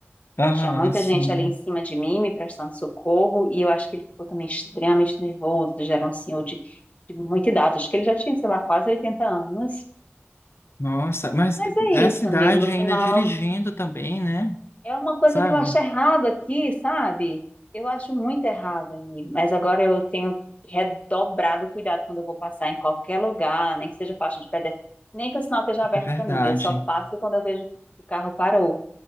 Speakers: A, on the left; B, on the left.
A: Aham,
B: já tinha muita
A: sim.
B: gente ali em cima de mim me prestando socorro, e eu acho que ele ficou também extremamente nervoso, já era um senhor de, de muita idade, acho que ele já tinha, sei lá, quase 80 anos.
A: Nossa, mas
B: Mas é
A: é a
B: isso,
A: cidade
B: amigo, no
A: ainda
B: final
A: dirigindo também, né?
B: É uma coisa
A: Sabe?
B: que eu acho errado aqui, sabe? Eu acho muito errado, amigo. Mas agora eu tenho redobrado o cuidado quando eu vou passar em qualquer lugar, nem que seja faixa de pedestre, nem que o sinal esteja aberto
A: É verdade.
B: para mim. Eu só passo quando eu vejo que o carro parou.